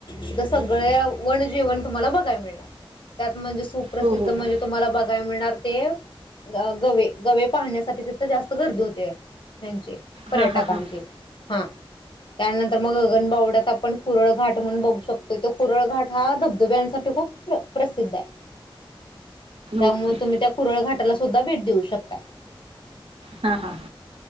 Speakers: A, on the left; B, on the right.
A: तिथं सगळ्या वन जीवन तुम्हाला बघाय मिळल. मिळणार तत म्हणजे सुप्रसिद्ध
B: हो हो
A: म्हंजे,
B: हो
A: तुम्हांला बगाय मिळणार. ते गवे, गवे पाहण्यासाठी तिथं जास्त गर्दी होतिया. ह्यांचे पर्यटकांचे,
B: हां हां हां
A: हा. त्यानंतर मग, गगन बावड्यात आपण कुरळ घाट म्हनुन बघू शकतो, तो कुरळ घाट हा धबधब्यांसाठी खूप प्र प्रसिद्ध हाय. त्यामुळे
B: ओके
A: तुम्ही त्या कुरळ घाटाला सुद्धा भेट देऊ शकताय.
B: हा. हा.